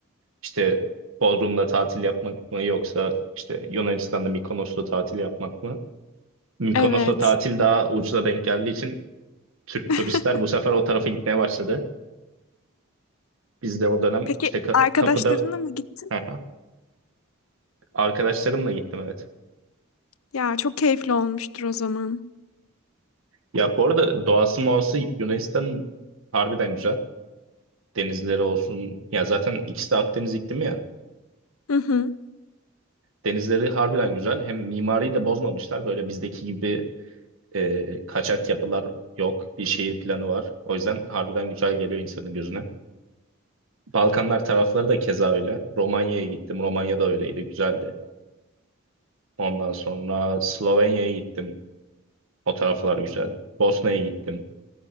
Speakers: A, on the right; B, on the left.
A: İşte Bodrum'da tatil yapmak mı yoksa işte Yunanistan'da Mikonos'ta tatil yapmak mı? Mikonos'ta
B: Evet.
A: tatil daha ucuza denk geldiği için Türk
B: <laughs>
A: turistler bu sefer o tarafa gitmeye başladı. Biz de o dönem
B: Peki
A: işte ka-
B: arkadaşlarınla
A: kapıda
B: mı gittin?
A: <laughs> arkadaşlarımla gittim evet.
B: Ya çok keyifli olmuştur o zaman.
A: Ya bu arada doğası muası Yunanistan harbiden güzel. Denizleri olsun ya zaten ikisi de Akdeniz iklimi ya.
B: Hı hı.
A: Denizleri harbiden güzel. Hem mimariyi de bozmamışlar. Böyle bizdeki gibi E, kaçak yapılar yok. Bir şehir planı var. O yüzden harbiden güzel geliyor insanın gözüne. Balkanlar tarafları da keza öyle. Romanya'ya gittim. Romanya da öyleydi. Güzeldi. Ondan sonra Slovenya'ya gittim. O taraflar güzel. Bosna'ya gittim.